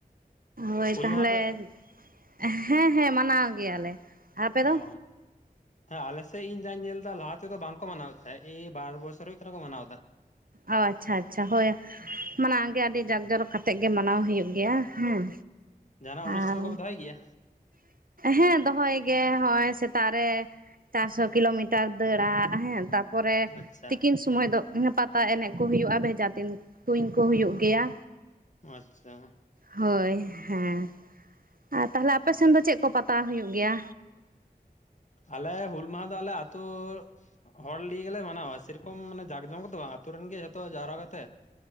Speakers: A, on the right; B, on the left.
A: ᱦᱳᱭ
B: ᱦᱩᱞ
A: ᱛᱟᱦᱚᱞᱮ,
B: ᱢᱟᱦᱟ ᱯᱮ
A: ᱦᱮᱸ ᱦᱮᱸ ᱢᱟᱱᱟᱣ ᱜᱮᱭᱟᱞᱮ᱾ ᱟᱯᱮ ᱫᱚ
B: ᱚ ᱦᱮᱸ ᱟᱞᱮ ᱥᱮᱫ ᱤᱧ ᱡᱟᱧ ᱧᱮᱞ ᱮᱫᱟ ᱞᱟᱦᱟ ᱛᱮᱫᱚ ᱵᱟᱝᱠᱚ ᱢᱟᱱᱟᱣᱮᱫ ᱛᱟᱦᱮᱸ, ᱮᱭ ᱵᱟᱨ ᱵᱚᱪᱷᱚᱨ ᱦᱩᱭᱩᱜ ᱠᱟᱱᱟ ᱠᱚ ᱢᱟᱱᱟᱣ ᱮᱫᱟ᱾
A: ᱚ ᱟᱪᱪᱷᱟ ᱟᱪᱪᱷᱟ ᱦᱳᱭ ᱢᱟᱱᱮᱜᱮ ᱟᱹᱰᱤ ᱡᱟᱠ ᱡᱚᱨᱚᱠ ᱠᱟᱛᱮᱫ ᱜᱮ ᱢᱟᱱᱟᱣ ᱦᱩᱭᱩᱜ ᱜᱮᱭᱟ ᱦᱮᱸ᱾
B: ᱡᱟᱦᱟᱱᱟᱜ ᱚᱱᱩᱥᱴᱷᱟᱱ
A: ᱟᱨ
B: ᱠᱚᱯᱮ ᱫᱚᱦᱚᱭ ᱜᱮᱭᱟ᱾
A: ᱦᱮᱸ ᱫᱚᱦᱚᱭ ᱜᱮ ᱦᱚᱜᱼᱚᱭ ᱥᱮᱛᱟᱜ ᱨᱮ ᱪᱟᱨᱥᱚ ᱠᱤᱞᱳᱢᱤᱴᱟᱨ ᱫᱟᱹᱲᱟ ᱦᱮᱸ ᱛᱟᱨᱯᱚᱨᱮ
B: ᱟᱪᱪᱷᱟ
A: ᱛᱤᱠᱤᱱ ᱥᱚᱢᱚᱭ ᱫᱚ ᱯᱟᱛᱟ ᱮᱱᱮᱡ ᱠᱚ ᱦᱩᱭᱩᱜᱼᱟ, ᱵᱷᱮᱡᱟ ᱛᱤᱱ ᱛᱩᱧ ᱠᱚ ᱦᱩᱭᱩᱜ ᱜᱮᱭᱟ᱾
B: ᱟᱪᱪᱷᱟ
A: ᱦᱳᱭ ᱦᱮᱸ ᱟᱨ ᱛᱟᱦᱚᱞᱮ ᱟᱯᱮᱥᱮᱱ ᱫᱚ ᱪᱮᱫ ᱠᱚ ᱯᱟᱛᱟ ᱦᱩᱭᱩᱜ ᱜᱮᱭᱟ᱾
B: ᱟᱞᱮ ᱦᱩᱞ ᱢᱟᱦᱟᱸ ᱫᱚ ᱟᱞᱮ ᱟᱹᱛᱩ ᱦᱚᱲ ᱞᱤᱭᱮ ᱜᱮᱞᱮ ᱢᱟᱱᱟᱣᱟ᱾ ᱥᱮᱨᱚᱠᱚᱢ ᱢᱟᱱᱮ ᱡᱟᱠ ᱡᱚᱢᱚᱠ ᱠᱚᱫᱚ ᱵᱟᱝ, ᱟᱹᱛᱩ ᱨᱮᱱ ᱜᱮ ᱡᱷᱚᱛᱚ ᱡᱟᱣᱨᱟ ᱠᱟᱛᱮᱜ᱾